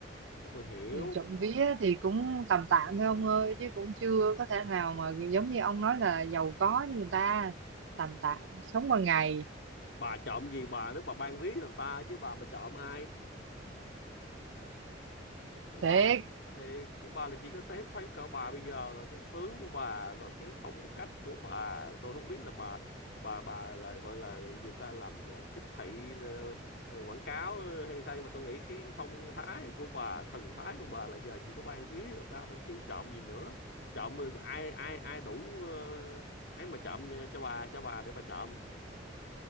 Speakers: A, on the left; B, on the right.
A: Thế tôi hiểu
B: thì trộm vía thì cũng tầm tạm thôi ông ơi chứ cũng chưa có thể nào mà giống như ông nói là giàu có như người ta tầm tạm sống qua ngày
A: bà trộm gì bà nếu bà ban ví cho người ta chứ bà mà trộm ai nếu
B: thiệt
A: bà thì bà là chỉ có thấy thấy cỡ bà bây giờ là cái tướng của bà rồi cái phong cách của bà tôi không biết là bà bà bà là gọi là người ta làm ờ, tiếp thị ờ, ờ, quảng cáo hay sao nhưng mà tôi nghĩ cái phong thái của bà thần thái của bà là giờ chỉ có ban ví cho người ta thôi chứ trộm gì nữa trộm ờ, ai ai ai đủ ờ, ấy mà trộm cho bà cho bà để bà trộm